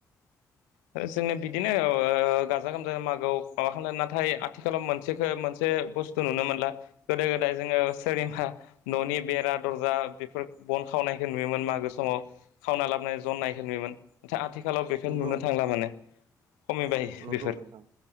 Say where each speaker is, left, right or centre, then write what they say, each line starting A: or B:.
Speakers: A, on the left; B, on the right.
A: आरो जोंनिया बिदिनो <unintelligible> गाजा गोमजा मागोआव मा खामनो नाथाय आथिखालाव मोनसेखो मोन से बुस्थु नुनो मोनला। गोदो गोदाय जोङो सोरनिबा न'नि बेरा दरजा बेफोर बन खावनायखौ नुयोमोन मागो समाव खावना लाबोनाय जननायखौ नुयोमोन। नाथाय आथि खालाव बेखौ
B: नंगौ
A: नुनो थांला माने। खमिबाय
B: नंगौ
A: बेफोर
B: नोंथां